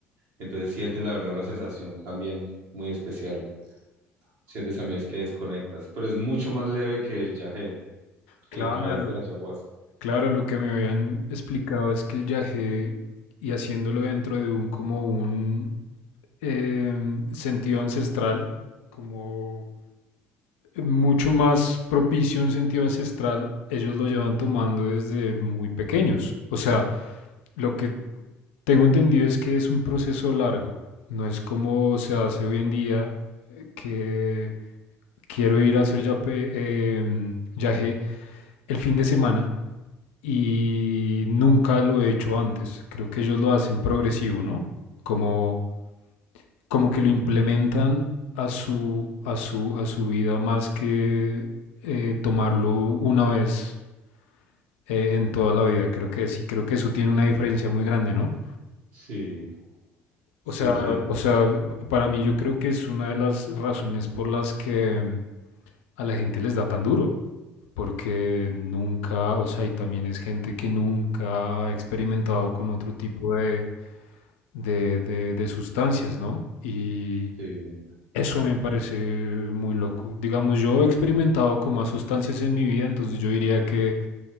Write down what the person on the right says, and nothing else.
entonces sientes la verdad una sensación también muy especial. Sientes también es que desconectas, pero es mucho más leve que el yagé,
que la raíz de la ayahuasca.
Sí, sí,
sí,
sí,